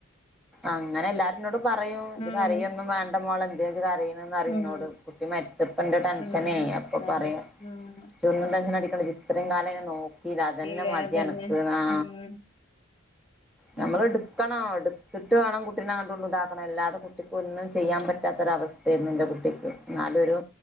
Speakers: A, in the centre; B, on the left.
A: അങ്ങനെ എല്ലാരും ഇന്നോട് പറയും ഇജ്
B: ഉം
A: കരയൊന്നും വേണ്ട മോളെ ത് നാജ് കരയ്ണെ ന്നറിന്നോട്
B: ഉം
A: കുട്ടി മരിച്ചപ്പന്റെ ടെൻഷനേ
B: ഉം
A: അപ്പൊ
B: അതെ
A: പറയാ
B: ഉം
A: ജൊന്നും ടെൻഷനടി ജി ഇത്രിം കാലം അയ്നെ നോക്കിലെ അതെന്നെ
B: നോക്കിയില്ലേ
A: മതി
B: അതന്നെ
A: അനക്ക്ന്ന് ആ
B: ഉം
A: നമ്മള്ട്ക്കണം
B: ഉം
A: ഇട്ത്തിട്ട് വേണം കുട്ടീനെ അങ്ങട്ടുങ്ങട്ടും ഇതാക്കണം അല്ലാതെ കുട്ടിക്കൊന്നും ചെയ്യാൻ പ റ്റാത്തൊരവസ്ഥായിരുന്നു ന്റെ കുട്ടിക്ക് ന്നാലൊരു